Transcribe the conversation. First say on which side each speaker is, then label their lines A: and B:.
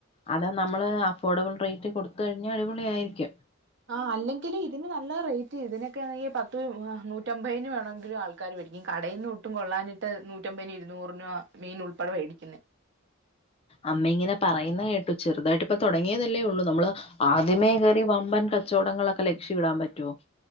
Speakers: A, on the right; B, on the left.
A: അത്
B: അതാ നമ്മള്
A: നമ്മുടെ
B: അഫോർഡബിൾ റേറ്റ് കൊടുത്ത് കഴിഞ്ഞ അടിപൊളിയായിരിക്കും.
A: ആഹ് അല്ലെങ്കിലും ഇതിന് നല്ല റേറ്റ് ഇതിനൊക്കൊണെങ്കി പത്ത് നൂറ്റമ്പതിന് വേണെങ്കിലും ആൾ ആൾക്കാര് മേടിക്കും കടയിന്ന് ഒട്ടും കൊള്ളാനിട്ട് നൂറ്റമ്പതിനന് ഇരുന്നൂറിനോ മീൻ ഉൾപ്പെടെ വേടിക്കുന്നെ
B: അമ്മ ഇങ്ങനെ പറയുന്ന കേട്ടു ചെറുതായിട്ട് ഇപ്പ തുടങ്ങിയതല്ലേ ഉള്ളൂ നമ്മള് ആദ്യമേ കയറി വമ്പൻ കച്ചവടങ്ങളൊക്കെ ലക്ഷ്യ ഇടാൻ പറ്റുവോ